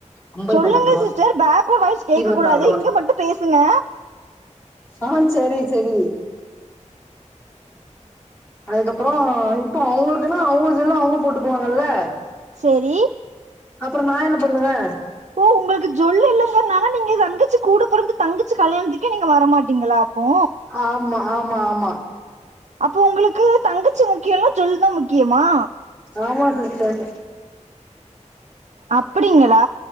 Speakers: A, on the left; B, on the right.
A: அம்பது
B: சொல்லுங்க
A: பன்னெண்டு ரூவா
B: சிஸ்டர் பேக்வர்ட் வாய்ஸ் கேட்க
A: இருவத்தி
B: கூடாது
A: நாலு ரூவா
B: இங்க மட்டும் பேசுங்க
A: ஆ சேரி சேரி அதுக்கப்பறம் இப்ப அவங்களுக்குன்னா அவங்க செல்ல அவங்களே போட்டுக்குவாங்கல்ல
B: செரி
A: அப்றம் நான் என்ன பண்ணுவே
B: ஓ உங்கள்க்கு ஜொல்லு இல்லங்கன்னாங்க நீங்க தங்கச்சு கூட பொறந்த தங்கச்சு கல்யாண்த்துக்கே நீங்க வரமாட்டீங்களா அப் போ
A: ஆமா ஆமா ஆமா
B: அப்போ உங்களுக்கு தங்கச்சி முக்கியம்ல ஜொல் தான் முக்கியமா
A: ஆமா சிஸ்டர்
B: அப்டிங்களா